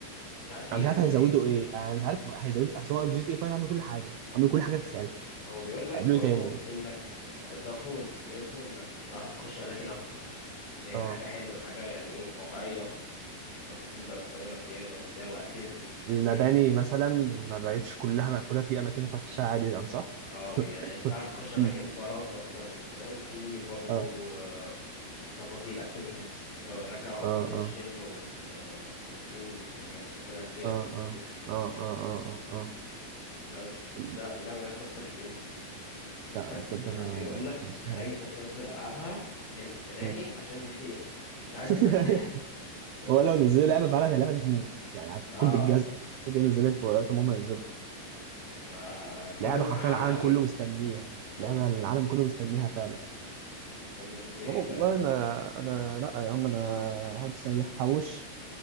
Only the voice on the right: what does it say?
انا مش
عارف هيزودوا
ايه انا مش عارف هيزودوا اصل هو في جي تي ايه 5 عملوا كل حاجه عملوا كل حاجه تتخيلها
هيعملوا
ايه تاني
اه
المباني مثلا ما بقتش كلها مقفولة في أماكن ينفع تخشها عادي يعني صح؟
<laughs>
مم.
اه
اه
اه
اه
اه اه اه اه اه
اه
لا
ده بجد
انا
متحمس
لها
مم.
<laughs>
هو لو نزلوا لعبه فعلا اللعبه دي هتموت يعني هتكون
بالجزم دي نزلت في وقت ما هم نزلوا
لعبه
حرفيا العالم
كله مستنيها
لعبه العالم
كله مستنيها فعلا
والله انا انا لا يا عم انا هقعد السنه دي احوش